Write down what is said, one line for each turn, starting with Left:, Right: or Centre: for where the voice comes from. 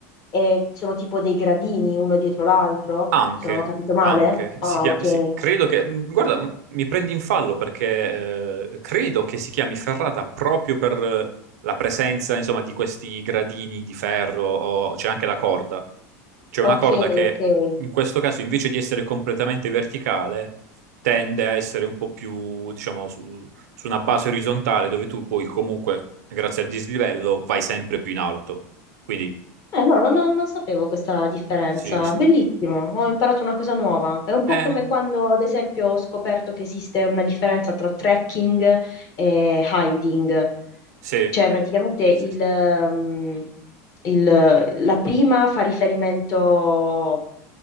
Left: è- sono tipo dei gradini uno dietro l'altro,
Right: Anche,
Left: se non ho capito male.
Right: anche,
Left: Ah,
Right: si chiama,
Left: ok.
Right: sì, credo che, mh, guarda, m- mi prendi in fallo perché eh, credo che si chiami ferrata proprio per eh, la presenza, insomma, di questi gradini di ferro, o c'è anche la corda. C'è una
Left: Ok,
Right: corda che
Left: ok.
Right: in questo caso, invece di essere completamente verticale, tende a essere un po' più, diciamo, su, su una base orizzontale dove tu poi comunque, grazie al dislivello, vai sempre più in alto. Quindi,
Left: Eh no, non, non- non sapevo questa differenza.
Right: sì, sì.
Left: Bellissimo, ho imparato una cosa nuova. È un po'
Right: Ehm,
Left: come quando, ad esempio, ho scoperto che esiste una differenza tra trekking e hiding.
Right: sì.
Left: Cioè, praticamente
Right: Sì,
Left: il,
Right: sì.
Left: mm, il- la prima fa riferimento